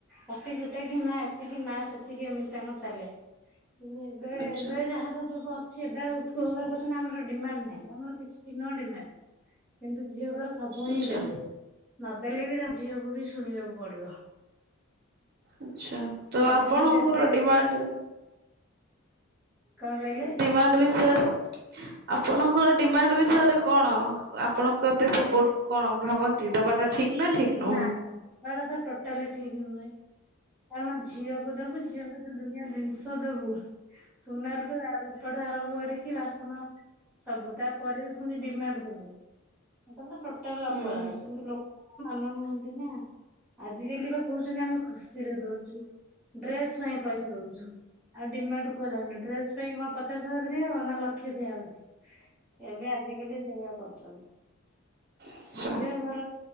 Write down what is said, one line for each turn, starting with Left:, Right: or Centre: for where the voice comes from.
Centre: କଟି କୁଟି କି ନା ଏତିକି ନା ସେତିକି ଏମିତି ତାଙ୍କ ଚାଲେ। ଏବେ
Right: ଆଚ୍ଛା
Centre: ଏବେ ଯାହାର ସବୁ ଅଛି ଏବେ ଆଉ ପୁଅ ଘର କହୁଚନ୍ତି ଆମର ନାଇଁ ଆମର କିଛି ନ ଡିମାଣ୍ଡ। କିନ୍ତୁ ଝିଅଙ୍କର ସବୁ ହିଁ
Right: ଆଚ୍ଛା।
Centre: ଦେବେ। ନଦେଲେ ବି ତା ଝିଅକୁ ବି ଶୁଣିବାକୁ ପଡିବ।
Right: ଆଛା ତ
Centre: ଯଦି
Right: ଆପଣଙ୍କର
Centre: ବି ଦେବେ
Right: ଡିମାଣ୍ଡ
Centre: ବି କଣ କହିଲେ
Right: ଡିମାଣ୍ଡ ବିସ ଆପଣଙ୍କର ଡିମାଣ୍ଡ ବିଷୟରେ କଣ ଆପଣ କେତେ ସପୋର୍ଟ କଣ ଭାବନ୍ତି ଦବାଟା ଠିକ୍ ନା ଠିକ୍ ନୁହଁ?
Centre: ନା ନା ବା ଟା ତ ଟୋଟାଲି ଠିକ ନୁହେଁ। କାରଣ ଝିଅକୁ ଦବୁ ଝିଅ ସହ ଦୁନିଆ ଜିନିଷ ଦେବୁ ସୁନା ରୁ ରୂପା ଠୁ ଆରମ୍ଭ କରିକି ବାସନ ସବୁ। ତାପରେ ବି ପୁଣି ଡିମାଣ୍ଡ ଦବୁ। <inaudible> କଟାଲାପରା
Right: ହୁଁ ହୁଁ।
Centre: କିନ୍ତୁ ଲ ମାନୁନାହାନ୍ତି ନା ଆଜିକାଲି ବା କହୁଛନ୍ତି ଆମେ ଖୁସିରେ ଦଉଛୁ। ଡ୍ରେସ ପାଇଁ ପଇସା ଦଉଛୁ ଆଉ ଡିମାଣ୍ଡ କୁହାଯାଉନି ଡ୍ରେସ ପାଇଁ କଣ ପଚାଶ ହଜାର ଦିଆ ହ ନା ଲ କଷତିଆ ହଉଛି। ଏବେ ଆଜିକାଲି ସେଇଭଳିଆ କରୁଛନ୍ତି।
Right: ଆଚ୍ଛା
Centre: ଝିଅ ଘର